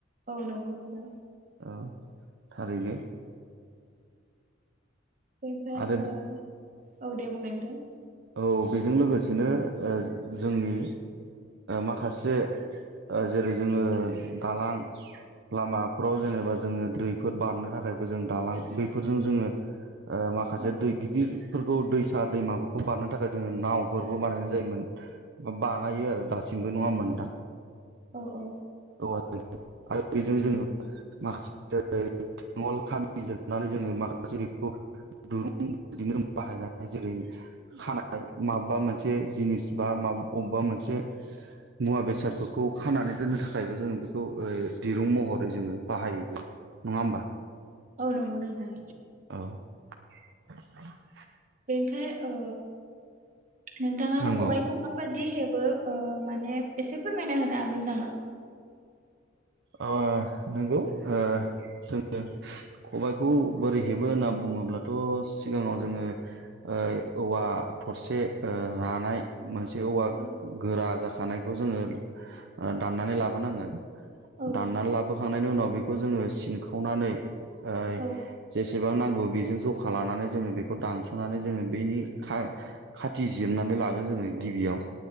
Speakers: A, on the right; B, on the right.
A: औ नंगौ नोंजा।
B: औ थारैनो।
A: बै फे
B: आरो
A: ओ औ। दे बुंनाय ओनथां।
B: औ बेजों लोगोसेनो ओ जोंनि माखासे ओ जेरै- जोङो दालां लामाफ्राव जेनेबा जोङो दैफोर बारनो थाखायबो जों दालां बैफोरजों जोङो। माखासे
A: औ
B: दै गिदिर। फोरखौ दैसा दैमाफोर खौ बारनो थाखाय जोङो नावफोरबो बानायनाय जायोमोन बा-बानायो आरो दासिमबो नङा ओमबा नोंथां।
A: औ औ
B: <unintelligible> <unintelligible> जेरै खानाय माबेबा मोनसे जिनिस बा मा अबेबा मोनसे मुवा बेसादफोरखौ खानानै दोननो थाखायबो जोङो बेखौ दिरुं महरै जोङो बाहायोबो नङा होमबा।
A: औ नंगौ नोंथां।
B: औ <unintelligible>
A: ओमफाय ओ। नोंथाङा
B: नंगौ
A: खबाइखौ माबा दि हेबो ओ माने एसे फोरमायना होनो हागोन नामा।
B: ओ नोंगौ ओ जोङो खबायखौ बोरै हेबो होनना बुङोब्लाथ' सिगाङाव जोङो ओ औवा थरसे रानाय मोनसे औवा
A: औ
B: गोरा जाखानायखौ जोङो दाननानै लाबोनांगोन।
A: औ
B: दानना लाबोख खांनायनि उनाव बेखौ जोङो सिनखावनानै। ओय
A: औ
B: जेस। बेसेबां नांगौ बेजों जखा लानानै जोङो बेखौ दानस'नानै जोङो बेनि खा खाथि जिरनानै लागोन जोङो गिबियाव